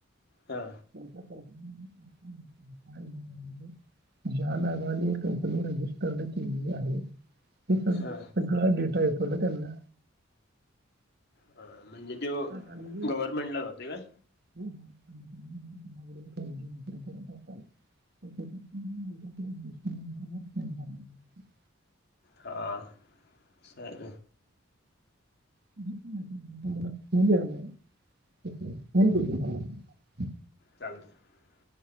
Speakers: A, on the left; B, on the right.
A: हा.
B: <unintelligible> ज्या नावाने कंपनी रजिस्टर्ड केलेली आहे. ते सग
A: हा
B: सगळा डेटा येतो ना त्यांना
A: हा म्हणजे त्यो
B: हां, हां. म्हणजे
A: गव्हर्मेंटला जातोय काय?
B: हो, हो. आणि तुम्ही जर <unintelligible> कडील खरेदी <unintelligible> करत असाल, तर त्याचे पूर्ण <unintelligible>
A: हा सर
B: <unintelligible> फोन यालाय <unintelligible> फोन करतो तुम्हाला
A: चाल <unintelligible>